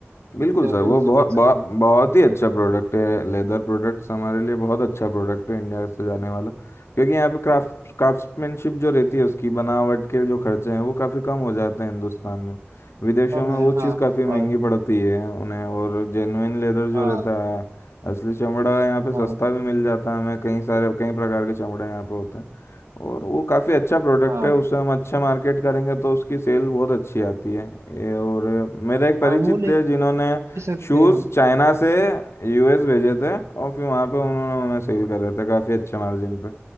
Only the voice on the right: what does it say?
हैं
और फिर
उसे
बेच सकते
हैं
कम
है
हाँ
और
हाँ
हाँ
हाँ
हाँ वो ले
सकते
हैं हम